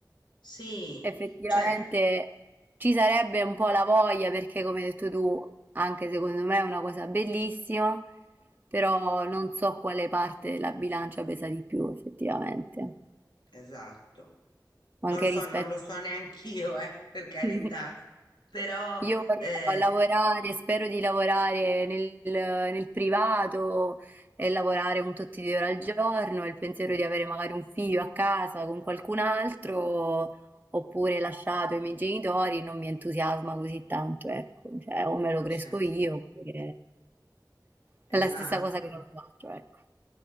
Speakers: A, on the left; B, on the right.
A: Sì,
B: Effettivamente
A: cioè,
B: ci sarebbe un po' la voglia perché, come hai detto tu, anche secondo me è una cosa bellissima, però non so quale parte della bilancia pesa di più, effettivamente,
A: esatto.
B: anche
A: Non lo so,
B: rispetto
A: non lo so neanch'io, eh, per carità.
B: <laughs>
A: Però,
B: Io vorrò
A: eh,
B: lavorare, spero di lavorare nel, nel privato e lavorare un tot di ore al giorno, e il pensiero di avere magari un figlio a casa con qualcun altro, oppure lasciato ai miei genitori, non mi entusiasma così tanto, ecco, cioè o me lo cresco
A: certo,
B: io, oppure
A: esatto.
B: è la stessa cosa che non lo faccio, ecco.